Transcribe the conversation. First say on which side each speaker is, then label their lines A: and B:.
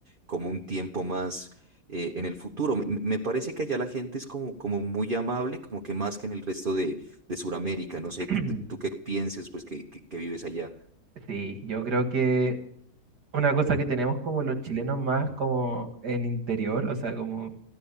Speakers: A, on the right (about 35°); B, on the right (about 85°).
A: como un tiempo más eh, en el futuro. Me, me parece que allá la gente es como, como muy amable, como que más que en el resto de, de Sudamérica, no sé,
B: <clears throat>
A: tú tú qué pienses, pues que, que que vives allá.
B: Sí, yo creo que una cosa que tenemos como los chilenos más como en interior, o sea, como,